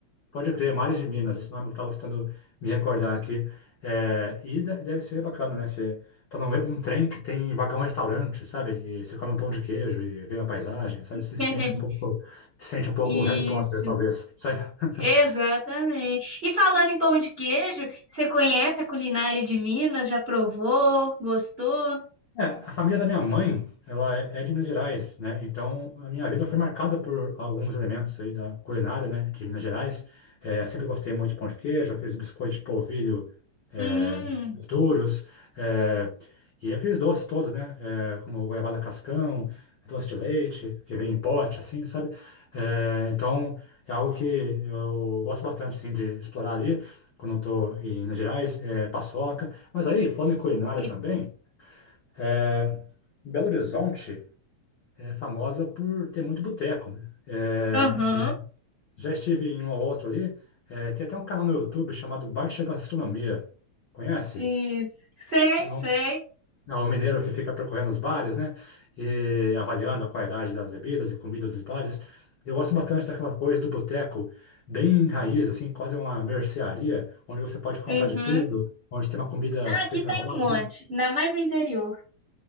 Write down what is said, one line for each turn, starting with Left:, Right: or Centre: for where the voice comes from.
Left: Pode crer, Mares de Minas, esse nome que eu estava tentando me recordar aqui. É, e de- deve ser bacana, né? Você tá num um trem que tem vagão restaurante, sabe? E você come um pão de queijo e vê a paisagem, sabe?
Right: <laughs>
Left: Você se sente um pouco, se sente um pouco
Right: Isso,
Left: Harry Potter, talvez. Sabe? <laughs>
Right: exatamente. E falando em pão de queijo, você conhece a culinária de Minas? Já provou? Gostou?
Left: É, a família da minha mãe, ela é é de Minas Gerais, né? Então, a minha vida foi marcada por alguns elementos aí da culinária, né, de Minas Gerais. É, sempre gostei muito de pão de queijo, aqueles biscoitos de polvilho é,
Right: Hum,
Left: duros, é, e aqueles doces todos, né? É, como goiabada cascão, doce de leite, que vem em pote, assim, sabe? É, então, é algo que eu gosto bastante, assim, de explorar ali, quando eu tô em Minas Gerais, é, paçoca. Mas aí, falando em culinária
Right: <laughs>
Left: também... É, Belo Horizonte é famosa por ter muito boteco, né? É,
Right: aham.
Left: <laughs> já estive em um ou outro ali. É, tem até um canal no YouTube chamado Baixa Gastronomia. Conhece?
Right: Isso. Sei,
Left: É um,
Right: sei.
Left: é um mineiro que fica percorrendo os bares, né? E avaliando a qualidade das bebidas e comidas dos bares. Eu gosto bastante daquela coisa do boteco, bem raiz, assim, quase uma mercearia, onde você pode comprar
Right: Uhum.
Left: de tudo, onde tem uma comida
Right: Ah,
Left: feita
Right: aqui tem
Left: na hora,
Right: um monte,
Left: né?
Right: ainda mais no interior.